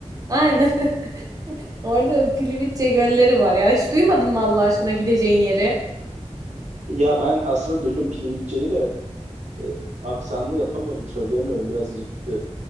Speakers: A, on the right; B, on the right.
A: Aynen. <laughs> Orada Pilivitçe gölleri var ya. Hiç duymadın mı Allah aşkına gideceğin yeri?
B: Ya ben aslında duydum Plivitçe'yi de e, aksanlı yapamıyorum, söyleyemiyorum. Biraz e,